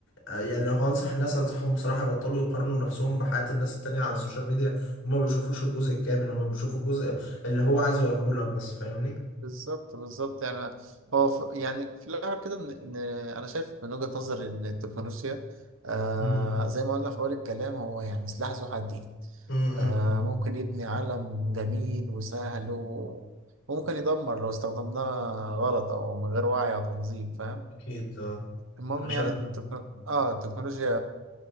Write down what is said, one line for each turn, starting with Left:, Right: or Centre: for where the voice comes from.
Left: آه، يعني لو هنصح الناس انصحهم بصراحة يبطلوا يقارنوا نفسهم بحياة الناس التانية على السوشيال ميديا هما ما بيشوفوش الجزء الكامل هما بيشوفوا الجزء اللي هو عايز يوريه لك بس فاهمني
Right: بالظبط بالظبط يعني هو ف... يعني في الاخر كده ان إن انا شايف من وجهة نظري ان التكنولوجيا آه
Left: مم.
Right: زي ما قلنا في اول الكلام هو يعني سلاح ذو حدين
Left: امم
Right: آه ممكن يبني عالم جميل وسهل و... وممكن يدمر لو استخدمناه غلط او من غير وعي او تنظيم فاهم
Left: اكيد آه.
Right: المهم
Left: انا
Right: يعني ان التكنو... اه التكنولوجيا